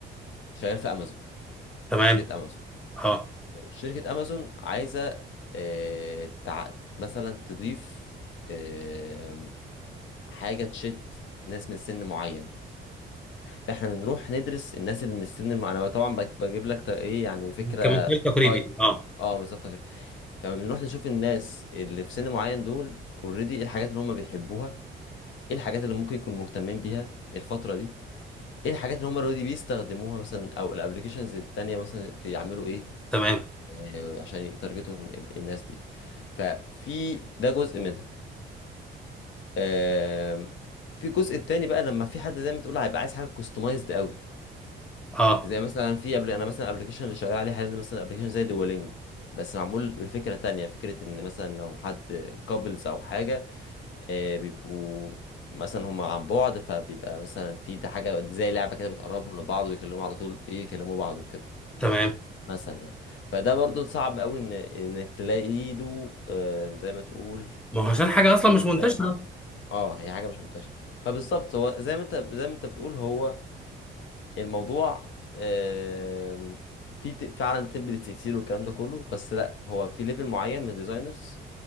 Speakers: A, on the left (about 70°); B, in the centre.
A: شغال في امازون
B: تمام
A: شركه امازون
B: اه
A: شركة امازون عايزة آه، تع... مثلا تضيف آه، حاجة تشد ناس من سن معين فاحنا بنروح ندرس الناس اللي من السن الم... انا طبعا بج- بجيب لك ط- ايه يعني فكرة
B: كمثال تقريبي
A: طيب
B: اه
A: اه بالظبط كده فبنروح نشوف الناس اللي في سن معين دول اوريدي ايه الحاجات اللي هم بيحبوها ايه الحاجات اللي ممكن يكونوا مهتمين بيها الفترة دي ايه الحاجات اللي هم اوريدي بيستخدموها مثلا او الابلكيشنز التانية مثلا بيعملوا ايه
B: تمام
A: آه، عشان يتارجتوا ال- الناس دي ففي ده جزء منها آم، في الجزء التاني بقى لما في حد زي ما تقول هيبقى عايز حاجه كوستمايزد قوي
B: اه
A: زي مثلا في قبل انا مثلا ابلكيشن اللي شغال عليه حاليا ده مثلا ابلكيشن زي دوالينجو بس معمول بفكره تانية فكره ان مثلا لو حد كابلز او حاجه آه، بيبقوا مثلا هم عن بعد فبيبقى مثلا في ده حاجه زي لعبه كده بتقربهم لبعض ويكلموا على طول ايه يكلموا بعض وكده
B: تمام
A: مثلا يعني فده برضو صعب قوي ان انك تلاقي له آه، زي ما تقول
B: ما هو عشان حاجه اصلا مش
A: انباية
B: منتشره
A: معينة اه هي حاجة مش منتشرة فبالظبط هو زي ما انت زي ما انت بتقول هو الموضوع آم، في ت- فعلا تمبلتس كتير والكلام ده كله بس لا هو في ليفل معين من الديزاينرز